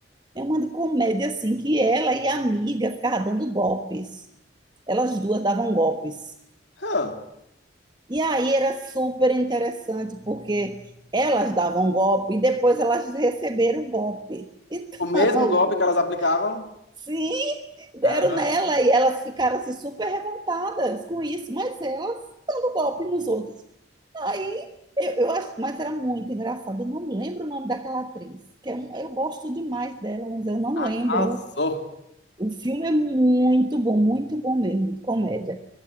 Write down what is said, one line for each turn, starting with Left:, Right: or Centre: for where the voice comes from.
Right: É uma de comédia, assim, que ela e a amiga ficavam dando golpes. Elas duas davam golpes.
Left: aham.
Right: E aí era super interessante, porque elas davam golpe e depois elas receberam o golpe. Então,
Left: O mesmo golpe que elas
Right: <laughs>
Left: aplicavam.
Right: Sim, deram
Left: Ah,
Right: nela e elas ficaram assim super revoltadas com isso, mas elas dando golpe nos outros. Aí eu, eu acho, mas era muito engraçado. Eu não lembro o nome daquela atriz, que é um, eu gosto demais dela, mas eu não lembro.
Left: arrasou.
Right: O filme é muito bom, muito bom mesmo, de comédia.